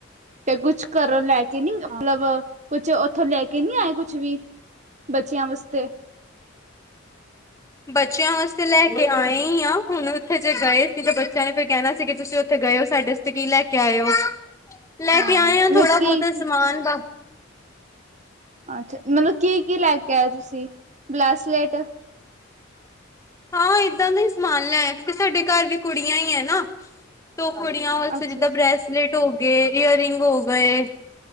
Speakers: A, on the right; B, on the left.
A: ਤੇ ਕੁਛ ਘਰੋਂ ਲੈ ਕੇ ਨੀ ਮਤਲਬ ਕੁਛ ਉੱਥੋਂ ਲੈ ਕੇ ਨੀ ਆਏ ਕੁਛ ਵੀ ਬੱਚਿਆਂ ਵਾਸਤੇ
B: ਬੱਚਿਆਂ ਵਾਸਤੇ ਲੈ ਕੇ ਆਉਣੇ ਈ ਆ ਹੁਣ ਉੱਥੇ ਜੇ ਗਏ ਸੀ ਤੇ ਬੱਚਿਆਂ ਨੇ ਫਿਰ ਕਹਿਣਾ ਸੀ ਕਿ ਤੁਸੀਂ ਉੱਥੇ ਗਏ ਓ ਸਾਡੇ ਤੇ ਕੀ ਲੈ ਕੇ ਆਏ ਓ, ਲੈ
A: ਹਾਂ
B: ਕੇ ਆਏ
A: ਇਹ
B: ਆ
A: ਮਤਲਬ
B: ਥੋੜਾ-ਬਹੁਤਾ
A: ਕੀ ਕੀ
B: ਸਮਾਨ
A: ਅੱਛਾ ਮਤਲਬ ਕੀ-ਕੀ ਲੈ ਕੇ ਆਏ ਤੁਸੀਂ? ਬਲੈਸਲੇਟ।
B: ਹਾਂ ਏਦਾਂ ਦਾਈ ਸਮਾਨ ਲਿਆਏਂ ਆ ਕਿਉਂਕਿ ਸਾਡੇ ਘਰ ਵੀ ਕੁੜੀਆਂ ਈ ਐ ਨਾਂ। ਦੋ ਕੁੜੀਆਂ
A: ਅੱਛਾ
B: ਵਾਸਤੇ ਜਿੱਦਾਂ
A: ਅੱਛਾ
B: ਬ੍ਰੇਸਲੇਟ ਹੋ ਗਏ, ਈਅਰ ਰਿੰਗ ਹੋ ਗਏ